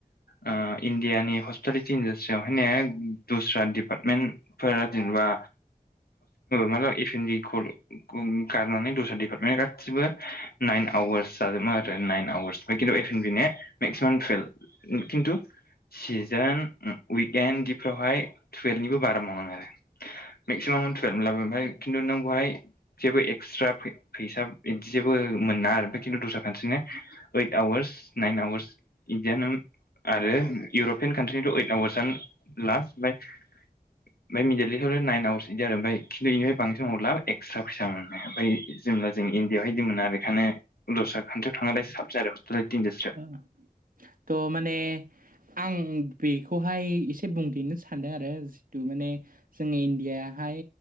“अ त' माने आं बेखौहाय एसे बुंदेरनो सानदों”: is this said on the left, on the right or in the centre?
Right